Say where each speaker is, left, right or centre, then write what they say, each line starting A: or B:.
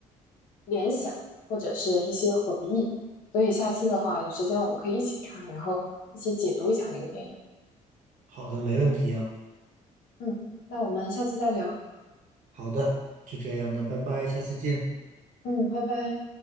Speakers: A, on the left; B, on the right.
A: 联想或者是一些回忆。所以下次的话，有时间我们可以一起看，然后一起解读一下那个电影。
B: 好的，没问题啊。
A: 嗯，那我们下次再聊。
B: 好的，就这样，那拜拜，下次见。
A: 嗯，拜拜。